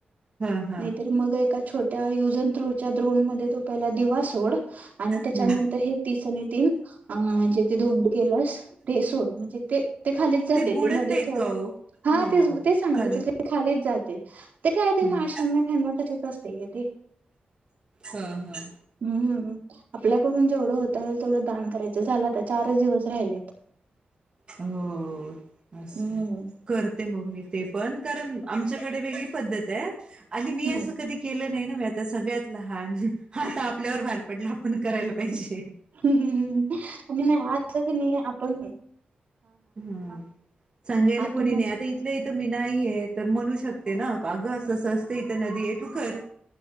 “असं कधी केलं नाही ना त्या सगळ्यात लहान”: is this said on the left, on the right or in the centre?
Right